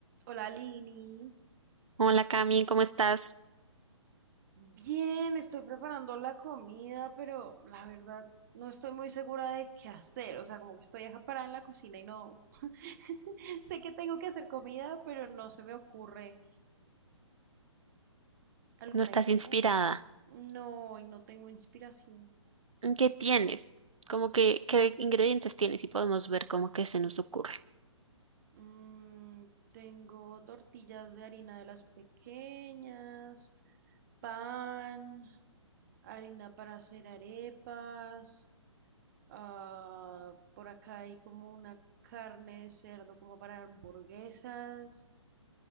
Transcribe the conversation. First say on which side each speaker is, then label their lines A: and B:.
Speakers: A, on the right; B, on the right.
A: Hola Lini,
B: Hola Cami, ¿cómo estás?
A: bien, estoy preparando la comida, pero la verdad no estoy muy segura de qué hacer, o sea, como que estoy acaparada en la cocina y no <laughs> sé que tengo que hacer comida, pero no se me ocurre alguna
B: ¿No estás
A: idea.
B: inspirada?
A: No, y no tengo inspiración.
B: ¿Qué tienes? Como que, ¿qué ingredientes tienes? Y podemos ver cómo que se nos ocurre.
A: Mm, tengo tortillas de harina de las pequeñas, pan, harina para hacer arepas. Ah, por acá hay como una carne de cerdo como para hamburguesas.